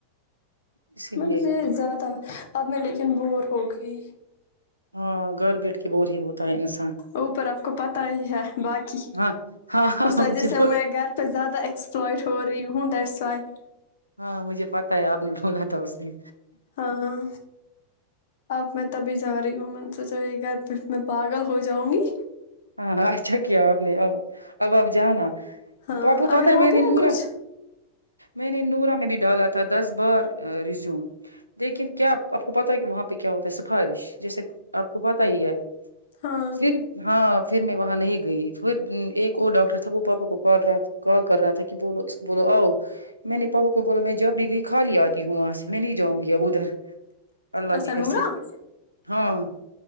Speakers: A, on the right (about 85°); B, on the left (about 55°).
A: اسی
B: میں
A: لیے
B: نےز تھا اب میں دیکھی لیکن وور ہو گئی
A: ہاں گھر بیٹھ کے بور ہی ہوتا ہے انسان
B: اوپر آپ کو پتا ہی ہے باقی
A: ہاں ہاں ہاں
B: اس وجہ
A: مجھے بہت
B: سے میں گھر پہ زیادہ ایکسپلائٹ ہو رہی ہوں دیٹس وائی <inaudible>
A: ہاں مجھے پتا ہے آپ نے بھولا تھا اس دن
B: ہاں اب میں تبھی جا رہی ہوں میں نے سوچا یہ گھر پہ میں پاگل ہو جاؤں گی
A: ہاں اچا کی آ اپ اب اب جانا
B: ہاں
A: پاپ کو
B: اگر
A: پتا ہے
B: ہو
A: میں
B: گیا
A: نے نورا
B: کچھ
A: میں نے نورا میں ڈالا تھا دس بار ریزوم لیکن کیا آپ کو پتا ہے کہ وہاں پہ کیا ہوتا ہے سفارش جیسے آپ کو پتا ہی ہے
B: ہاں
A: صرف ہاں پھر میں وہاں نہیں گئی پھر ایک اور ڈاکٹر تھا وہ پاپا کو کال رہا تھا کال کر رہا تھا کہ بولو اس بولو آؤ میں نے پاپا کو بولا میں جب بھی گئی خالی آتی ہوں وہاں سے میں نہیں جاؤں گی اب ادھر اللہ
B: اچھا
A: کی
B: نورا
A: کسم
B: اچھا
A: ہاں